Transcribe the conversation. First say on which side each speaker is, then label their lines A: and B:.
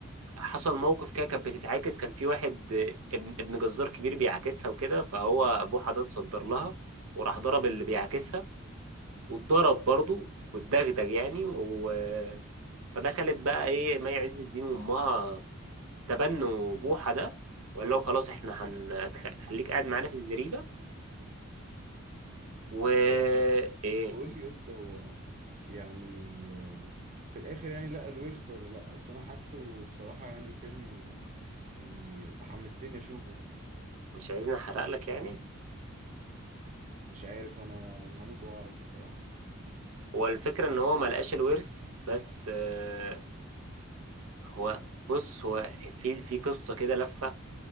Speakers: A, on the right; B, on the right.
A: حصل موقف كده كانت بتتعاكس كان في واحد آه، ابن ابن جزار كبير بيعاكسها وكده فهو ابوه حد اتصدر لها وراح ضرب اللي بيعاكسها واتضرب برضه واتدغدغ يعني و... فدخلت بقى ايه مي عز الدين وامها تبنوا بوحة ده وقال له خلاص احنا هنخليك قاعد معانا في الزريبة و
B: طب
A: ايه
B: طب قول لي بس هو يعني آه، في الاخر يعني لقى الورث ولا لا اصل انا حاسه بصراحة يعني فيلم يعني انت حمستني اشوفه
A: مش عايزني احرق لك يعني
B: مش عارف انا أنا هموت واعرف بصراحة
A: هو الفكرة ان هو ما لقاش الورث بس آه، هو بص هو في في قصة كده لفة